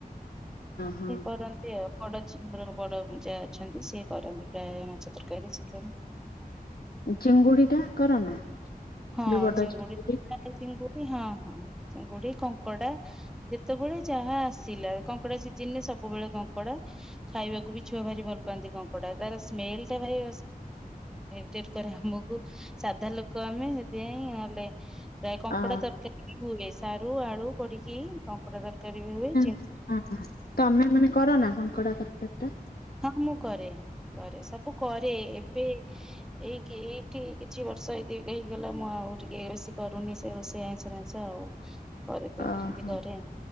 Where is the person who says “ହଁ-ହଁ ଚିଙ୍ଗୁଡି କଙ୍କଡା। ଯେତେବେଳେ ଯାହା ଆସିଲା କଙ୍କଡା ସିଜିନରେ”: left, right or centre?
Centre